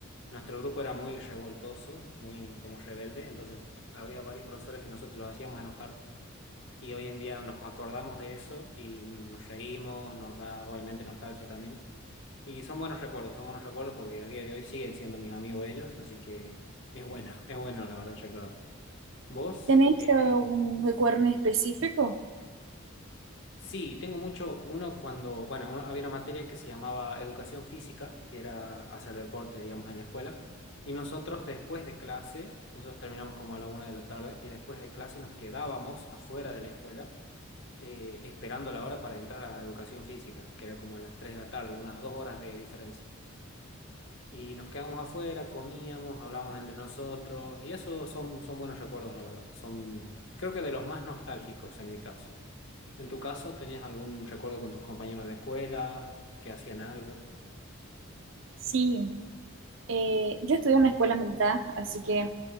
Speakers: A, on the left; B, on the right.
A: Nuestro grupo era muy revoltoso, muy como rebelde, entonces había varios profesores que nosotros los hacíamos enojar y hoy en día nos acordamos de eso y nos reímos, nos da obviamente nostalgia también y son buenos recuerdos, son buenos recuerdos porque a día de hoy siguen siendo mis amigos ellos, así que es bueno, <laughs> es bueno la verdad recordar. ¿Vos?
B: ¿Tenéis
A: Eh,
B: algún recuerdo en específico?
A: sí, tengo mucho, uno cuando, bueno, uno- había una materia que se llamaba educación física, que era hacer deporte, digamos, en la escuela, y nosotros después de clase, nosotros terminamos como a la una de la tarde, y después de clase nos quedábamos afuera de la escuela eh, esperando la hora para entrar a educación física, que era como a las tres de la tarde, unas dos horas de diferencia. y nos quedábamos afuera, comíamos, hablábamos entre nosotros y eso son, son buenos recuerdos, la verdad. Son, creo que de los más nostálgicos en mi caso. En tu caso, ¿tenías algún recuerdo con tus compañeros de escuela que hacían algo?
B: Sí, eh, yo estudié en una escuela militar, así que